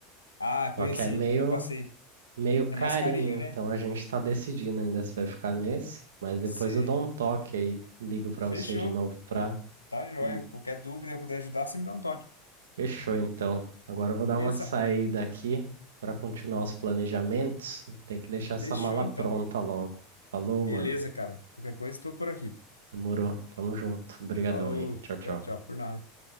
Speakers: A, on the left; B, on the right.
A: Ah, conheci,
B: Só que é meio
A: eu passei.
B: Meio
A: É
B: carinho,
A: mais carinho, né?
B: então a gente tá decidindo ainda se vai ficar nesse, mas depois
A: Sei.
B: eu dou um toque aí, ligo pra você
A: Fechou.
B: de novo pra.
A: Tá joia.
B: Hum,
A: Qualquer dúvida eu puder ajudar, você me dá um toque.
B: Fechou então. Agora eu vou
A: Beleza?
B: dar uma saída aqui pra continuar os planejamentos. Tem que deixar essa
A: Fechou,
B: mala
A: então.
B: pronta logo. Falou,
A: Beleza,
B: mano.
A: cara. Qualquer coisa, estou por aqui.
B: Demorou. Tamo junto. Obrigadão
A: Falou.
B: aí. Tchau, tchau.
A: Tchau, tchau. Por nada.